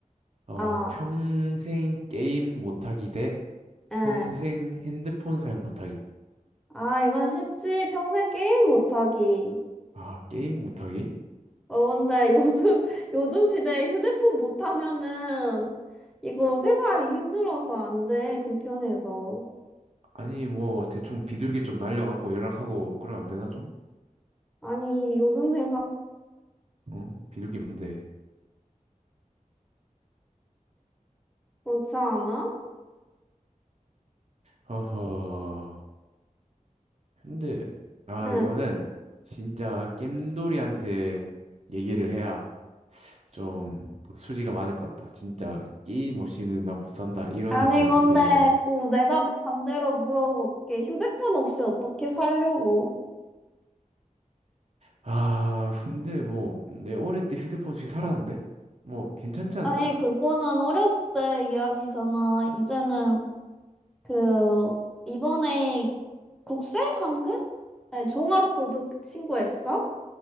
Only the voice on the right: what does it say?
어,
평생 게임 못하기 대
평생 핸드폰 사용 못하기.
아, 게임 못하기?
아니, 뭐, 대충 비둘기 좀 날려갖고 연락하고 그러면 안 되나, 좀?
어? 비둘기면 돼.
어허. 근데, 아,
이거는 진짜 겜돌이한테 얘기를 해야 좀 수지가 맞을 것 같다. 진짜 게임 없이는 나 못 산다. 이런
사람한테
얘기를 해야.
아, 근데 뭐 내 어릴 때 휴대폰 없이 살았는데 뭐 괜찮지 않을까?